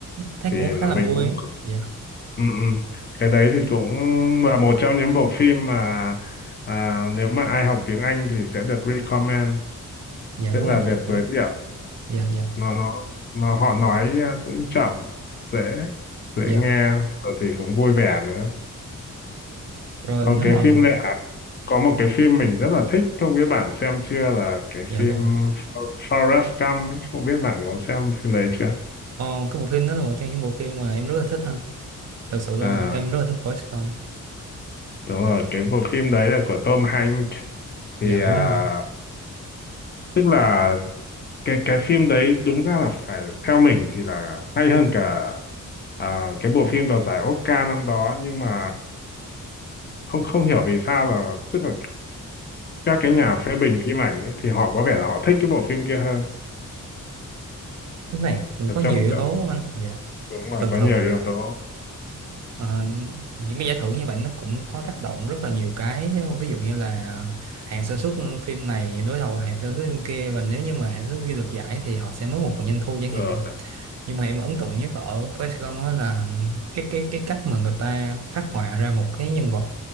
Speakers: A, on the right; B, on the left.
A: thấy
B: thì
A: cũng
B: là
A: khá là
B: mình
A: vui
B: cũng
A: ấy. Dạ,
B: ừ, ừ. cái đấy thì cũng là một trong những bộ phim mà à, nếu mà ai học tiếng Anh thì sẽ được recommend
A: dạ
B: tức
A: đúng
B: là
A: rồi
B: được
A: chắc chắn.
B: giới thiệu
A: Dạ, dạ,
B: nó nó nó họ nói à, cũng chậm dễ dễ
A: dạ.
B: nghe rồi thì cũng vui vẻ nữa
A: Rồi
B: Còn
A: nếu
B: cái
A: mà,
B: phim này à, có một cái phim mình rất là thích, không biết bạn xem chưa là cái
A: dạ
B: phim
A: vâng ạ.
B: For- Forrest Gump, ấy, không biết bạn có xem phim đấy chưa?
A: Ờ, cái bộ phim đó là một trong những bộ phim mà em rất là thích ha. Thật sự luôn,
B: À,
A: em rất là thích coi Saigon.
B: đúng rồi, cái bộ phim đấy là của Tom Hanks, thì
A: Dạ đúng
B: à,
A: rồi.
B: tức là cái cái phim đấy đúng ra là phải theo mình thì là hay hơn cả à, cái bộ phim đoạt giải Oscar năm đó, nhưng mà không không hiểu vì sao là tức là các cái nhà phê bình phim ảnh ấy, thì họ có vẻ là họ thích cái bộ phim kia hơn.
A: Lúc này cũng
B: Ở
A: có
B: trong
A: nhiều yếu
B: trong-
A: tố lắm anh. Dạ,
B: đúng rồi
A: thường
B: có
A: thường
B: nhiều
A: là
B: yếu tố
A: Ờ, những cái giải thưởng như vậy nó cũng có tác động rất là nhiều cái ví dụ như là hãng sản xuất phim này đối đầu là hãng sản xuất phim kia và nếu như mà hãng sản xuất kia được giải thì họ sẽ mất một phần doanh thu chẳng
B: rồi
A: hạn nhưng mà em ấn tượng nhất ở Forrest Gump á là cái cái cái cách mà người ta phát họa ra một cái nhân vật